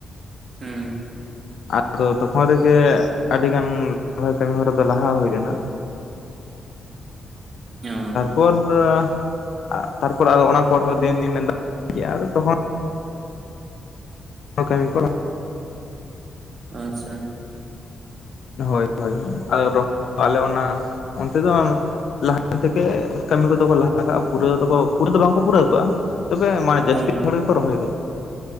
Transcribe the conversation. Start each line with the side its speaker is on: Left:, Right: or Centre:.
Right: ᱦᱩ
Left: ᱟᱫᱚ ᱛᱚᱠᱷᱚᱱ ᱨᱮᱜᱮ ᱟᱹᱰᱤ ᱜᱟᱱ ᱨᱚᱦᱚᱭ ᱠᱟᱹᱢᱤ ᱦᱚᱨᱟ ᱫᱚ ᱞᱟᱦᱟ ᱦᱩᱭ ᱞᱮᱱᱟ
Right: <unintelligible>
Left: <unintelligible> ᱛᱟᱨᱯᱚᱨ ᱟᱫᱚ ᱚᱱᱟ ᱯᱚᱨ ᱦᱚᱸ ᱫᱤᱱ ᱫᱤᱱᱮ ᱫᱟ ᱠᱮᱜ-ᱟ ᱟᱫᱚ ᱛᱚᱠᱷᱚᱱ <unintelligible>
Right: ᱟᱪᱪᱷᱟ
Left: ᱦᱳᱭ ᱦᱳᱭ <unintelligible> ᱟᱞᱮ ᱚᱱᱟ ᱚᱱᱛᱮ ᱫᱚ ᱞᱟᱦᱟ ᱛᱮᱠᱮ ᱠᱟᱹᱢᱤ ᱠᱚᱫᱚ ᱠᱚ ᱞᱟᱦᱟ ᱠᱟᱜ-ᱟ ᱯᱩᱨᱟᱹ ᱫᱚᱠᱚ ᱯᱩᱨᱟᱹ ᱫᱚ ᱵᱟᱝᱠᱚ ᱯᱩᱨᱟᱹᱣ ᱠᱟᱜ-ᱟ ᱛᱚᱵᱮ ᱢᱟ ᱡᱟᱹᱥᱛᱤ
Right: ᱦᱳᱭ
Left: ᱦᱩᱲᱩ ᱜᱮ ᱨᱚᱦᱚᱭ ᱫᱟ᱾